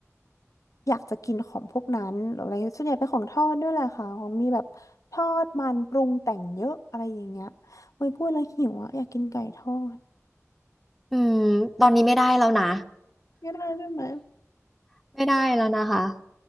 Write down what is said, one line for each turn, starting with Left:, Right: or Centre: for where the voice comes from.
Left: อยากจะกินของพวกนั้นหรืออะไรส่วนใหญ่เป็นของทอดด้วยแหละค่ะของมีแบบทอดมันปรุงแต่งเยอะอะไรอย่างเงี้ยไม่พูดแล้วหิวอ่ะอยากกินไก่ทอด
Centre: อืมตอนนี้ไม่ได้แล้วนะ
Left: ไม่ได้ใช่ไหม
Centre: <laughs> ไม่ได้แล้วนะคะ